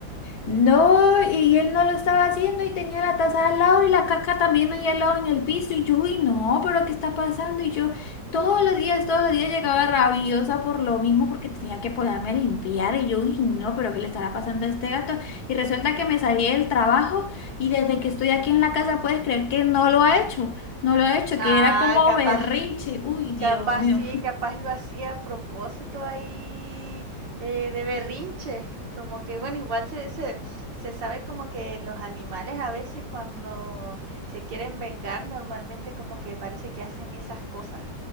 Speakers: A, on the left; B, on the right.
A: No, y él no lo estaba haciendo y tenía la taza al lado y la caca también ahí al lado en el piso y yo, uy, no, pero ¿qué está pasando? Y yo todos los días, todos los días llegaba rabiosa por lo mismo porque tenía que ponerme a limpiar y yo, uy, no, pero ¿qué le estará pasando a este gato? Y resulta que me salí del trabajo y desde que estoy aquí en la casa puedes creer que no lo ha hecho, no lo ha hecho,
B: Ah,
A: que era como
B: capaz,
A: berrinche, uy, Dios
B: capaz
A: mío.
B: sí, capaz lo hacía a propósito ahí eh, de berrinche. Como que, bueno, igual se, se, se sabe como que los animales a veces cuando se quieren vengar, normalmente como que parece que hacen esas cosas.